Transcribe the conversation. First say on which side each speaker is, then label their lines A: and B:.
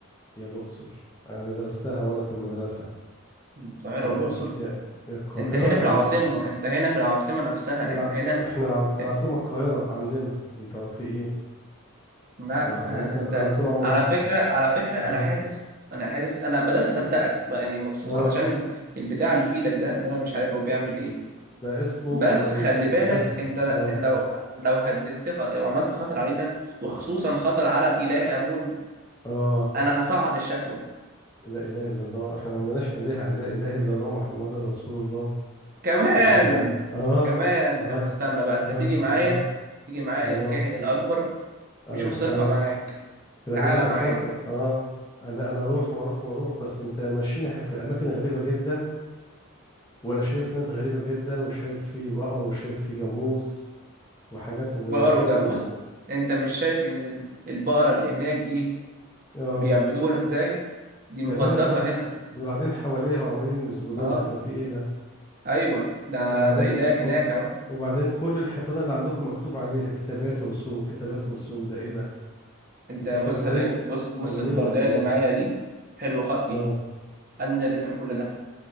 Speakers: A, on the left (about 15°); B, on the right (about 40°).
A: يا الاقصر انا درستها وانا في المدرسه
B: القاهرة
A: يا
B: والأقصر
A: جي... يا يا القاهره
B: انت هنا في
A: يا
B: العاصمة
A: الاقصر
B: انت هنا في العاصمة نفسها
A: الع...
B: انت هنا
A: احنا العاص... العاصمه
B: في...
A: القاهره عندنا انت هو في ايه
B: لا
A: احنا عاصمتنا
B: آه، انت
A: القاهره طول عمرها
B: على فكرة على فكرة انا
A: اه
B: حاسس انا حاسس انا بدأت اصدقك بقى، يعني مخصوص
A: اه
B: علشان ال- البتاع اللي في ايدك ده اللي انا مش عارف هو بيعمل ايه
A: ده اسمه
B: بس
A: موبايل
B: خلي بالك
A: جهاز
B: انت
A: اه
B: لو لو هددت خ... وعملت خطر علينا وخصوصا خطر على الإله آمون
A: اه
B: انا هصعد الشكوى
A: لا اله الا الله احنا ما عندناش الهه لا اله الا الله محمد رسول الله
B: كمان
A: احنا اه
B: كمان
A: اه
B: طب استنى بقى انت
A: اه
B: تيجي معايا
A: اه
B: تيجي معايا
A: اه
B: للكاهن الأكبر
A: انا
B: يشوف صرفة
A: اه
B: معاك
A: انا
B: تعالى
A: كده كفرت
B: معايا
A: اه انا انا اروح واروح واروح بس انت ماشيين في اماكن غريبه جدا وانا شايف ناس غريبه جدا وشايف في بقر وشايف في جاموس وحاجات وايه
B: بقر وجاموس
A: ده و...
B: انت مش شايف ان ال- البقرة اللي هناك دي
A: اه
B: بيعبدوها ازاي دي
A: كمان
B: مقدسة
A: اه
B: هنا
A: دول قاعدين حواليها وعمالين يسجدوا
B: اه
A: لها ده في ايه ده
B: ايوه ده
A: وبعدين
B: ده إله هناك
A: وب-
B: اهو
A: وبعدين كل الحيطان اللي عندكم مكتوب عليها كتابات ورسوم كتابات ورسوم ده ايه ده
B: انت
A: انتوا
B: بص
A: فنانين
B: ايه، بص بص
A: فنانين
B: البردية
A: ولا ايه
B: اللي معايا دي حلو خطي
A: اه
B: انا اللي رسم كل ده